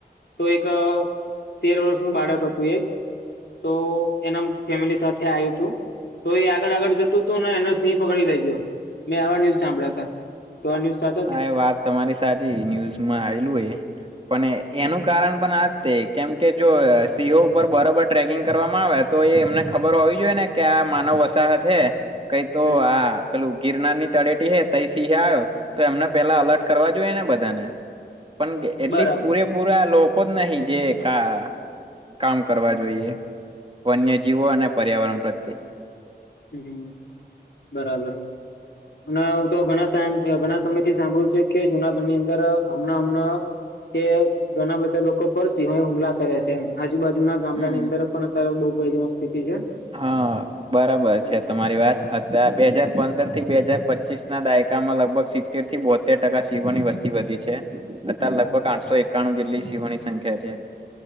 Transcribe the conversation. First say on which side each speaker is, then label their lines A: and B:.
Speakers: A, on the left; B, on the right.
A: તો એક તેર વર્ષનું બાળક હતું એક તો એના ફેમિલી સાથે આવ્યું હતું. તો એ આગળ આગળ જતું હતું ને એનો સિંહ પકડી લ ગયો મેં આવા ન્યૂઝ સાંભળ્યા હતા. તો આ ન્યુઝ સાથે
B: હા એ વાત તમારી સાચી ન્યૂઝમાં આવેલું એ પણ એનું કારણ પણ આજ કેમ કે જો સિંહો ઉપર બરોબર ટ્રેકિંગ કરવામાં આવે તો એ એમને ખબર હોવી જોઈએ ને ક્યા માનવ વસાહત હૈ કઈ તો
A: હમ
B: આ પેલું ગિરનાર ની તળેટી હે ત સિંહ આવ્યો તો એમને પેલા અલર્ટ કરવા જોઈએને બધાને પણ એટલી
A: બરાબર
B: પૂરેપૂરા લોકો જ નહી જે કાં કામ કરવા જોઈએ વન્યજીવો અને પર્યાવરણ પ્રત્યે.
A: હમ હમ બરાબર. અને હું તો ઘણા સા ઘણા સમય થી સાંભળું છે કે જુનાગઢ ની અંદર હમણાં હમણાં કે ઘણા બધા લોકો પર સિંહો હુમલા કરે છે એમ. આજુબાજુના ગામડાની
B: હમ
A: અંદર પણ અત્યારે બઉુ ભયજનક સ્થિતિ છે.
B: હા બરાબર
A: હમ્મ,
B: છે તમારી વાર અત બે
A: હમ્મ,
B: હાજાર પંદ પંદર થી બે હાજાર પચીસ ના દાયકામાં લગભગ સિત્તેર થી બોતેર ટકા સીવોની વસ્તી વધી છે. અત
A: હમ્મ, હમ્મ.
B: લગભગ આઠસો એકાણું જેટલી સિંહોની સંખ્યા છે.